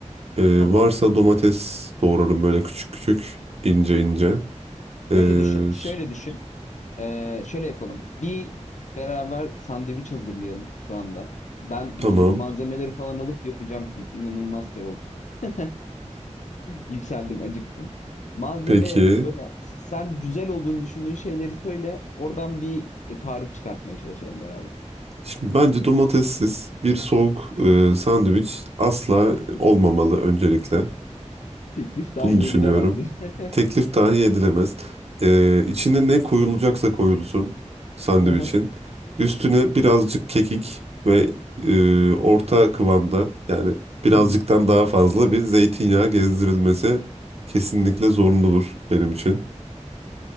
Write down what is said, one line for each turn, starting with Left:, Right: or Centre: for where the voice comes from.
Right: E,
Left: Tamam.
Right: varsa domates doğrarım böyle küçük küçük ince ince. E,
Left: Şöyle düşün, şöyle
Right: s-
Left: düşün. Ee, şöyle yapalım. Bir beraber sandviç hazırlayalım şu anda. Ben
Right: tamam
Left: gidip malzemeleri falan alıp yapacağım çünkü inanılmaz şey oldum. <laughs> Yükseldim, acıktım. Malzeme
Right: peki.
Left: böyle sen güzel olduğunu düşündüğün şeyleri söyle. Oradan bir e, tarif çıkartmaya çalışalım beraber.
Right: Şimdi bence domatessiz bir soğuk e, sandviç asla
Left: <laughs>
Right: olmamalı öncelikle.
Left: Teklif dahi
Right: Bunu düşünüyorum.
Left: edilemezdi.
Right: Teklif dahi edilemez. E, içine ne koyulacaksa koyulsun sandviçin.
Left: <laughs>
Right: Üstüne birazcık kekik ve e, orta kıvamda yani birazcıktan
Left: Hı hı.
Right: daha fazla bir zeytinyağı gezdirilmesi kesinlikle zorunludur benim için.